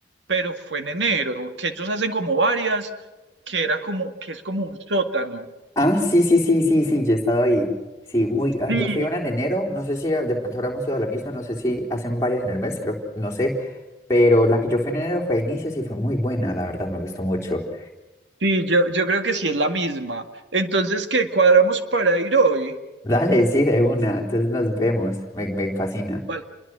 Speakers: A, on the right; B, on the left.
A: pero fue en enero, que ellos hacen como varias, que era como, que es como un sótano.
B: Ah, sí, sí, sí, sí, sí, yo he estado ahí. Sí, muy, ah,
A: Sí,
B: yo fui a una en enero, no sé si de pronto ahora hemos ido a la misma, no sé si hacen varias en el mes, creo, no sé, pero la que yo fui en enero fue a inicios y fue muy buena, la verdad, me gustó mucho.
A: sí, yo, yo creo que sí es la misma. Entonces, ¿qué cuadramos para ir hoy?
B: Dale, sí, de una, entonces nos vemos, me, me fascina.
A: Va-